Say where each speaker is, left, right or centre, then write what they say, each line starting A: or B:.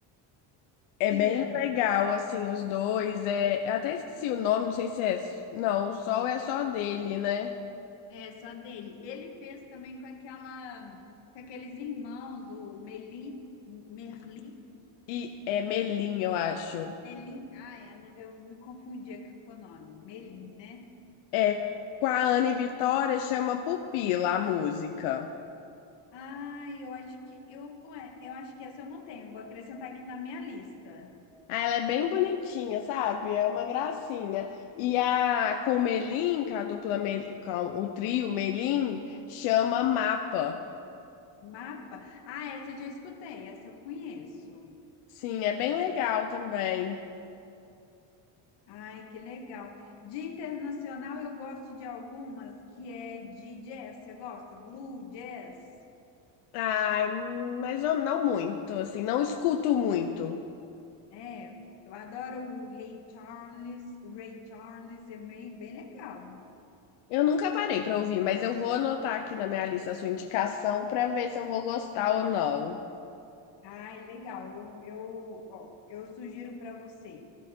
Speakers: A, on the left; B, on the left.
A: É
B: Fizeram.
A: bem legal, assim, os dois. É... Eu até esqueci o nome, não sei se é. Não, o Sol é só dele, né?
B: É, só dele. Ele fez também com aquela com aqueles irmãos, o Meli, Merli
A: E é Melim, eu acho.
B: Melim? Ah, é, no- eu me confundi aqui com o nome. Melim, né?
A: É com a Ana e Vitória, chama Pupila a música.
B: Ah, eu acho que eu, ué, eu acho que essa eu não tenho. Vou acrescentar aqui na minha lista.
A: Ah, ela é bem bonitinha, sabe? É uma gracinha. E a com o Melim, com a dupla Melim, com o trio Melim, chama Mapa.
B: Mapa. Ah, essa eu já escutei, essa eu conheço.
A: Sim, é bem
B: Eu, essa
A: legal
B: eu acho.
A: também.
B: Ai, que legal. De internacional eu gosto de algumas que é de jazz. Você gosta? Blue jazz?
A: Ai, hum, mas eu não muito, assim, não escuto muito.
B: É, eu adoro o Ray Charles, Ray Charles, é meio bem legal.
A: Eu nunca parei pra ouvir, mas eu vou anotar aqui na minha lista a sua indicação pra ver se eu vou gostar ou não.
B: Ai, legal. Eu, eu, ó, eu sugiro para você